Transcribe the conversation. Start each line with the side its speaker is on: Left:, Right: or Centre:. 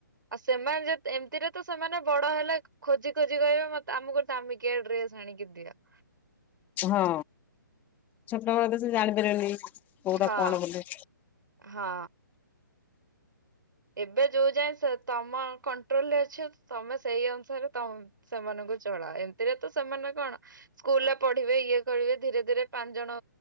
Right: ଆଉ ସେମାନେ ଯଦି, ଏମିତିରେ ତ ସେମାନେ ବଡ ହେଲେ ଖୋଜି ଖୋଜି କହିବେ ମତେ ଆମକୁ ଦାମିକିଆ ଡ୍ରେସ ଆଣିକି ଦିଅ।
Left: ହଁ, ଛୋଟବେଳ ତ ସେ ଜାଣି ପାରିବେନି କୋଉଟା
Right: ହଁ
Left: କଣ ବୋଲି।
Right: ହଁ। ଏବେ ଯୋଉ ଯାଏ ତମ କଣ୍ଟ୍ରୋଲ ରେ ଅଛନ୍ତି ତମେ ସେଇ ଅନୁସାରେ ତମ ସେମାନଙ୍କୁ ଚଳା। ଏମିତିରେ ତ ସେମାନେ କଣ ସ୍କୁଲରେ ପଢିବେ, ଇଏ କରିବେ ଧୀରେ ଧୀରେ ପାଞ୍ଚ ଜଣ